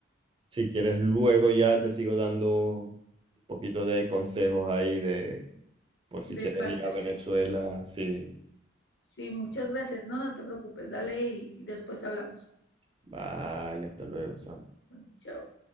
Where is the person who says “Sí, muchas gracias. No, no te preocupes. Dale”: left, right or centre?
Left